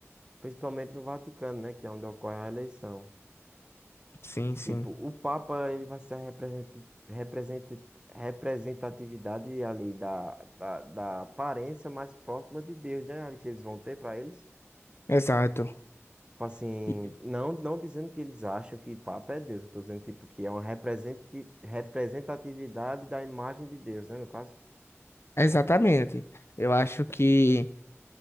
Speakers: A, on the right; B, on the left.
A: principalmente no Vaticano, né, que é onde ocorre a eleição.
B: Sim, sim.
A: Tipo, o Papa, ele vai ser a represent- represent- representatividade ali da, da, da aparência mais próxima de Deus, né, ali que eles vão ter para eles.
B: Exato.
A: Tipo assim,
B: E-
A: não, não dizendo que eles acham que Papa é Deus, eu tô dizendo, tipo, que é uma representi- representatividade da imagem de Deus, né, no caso.
B: Exatamente. Eu acho que.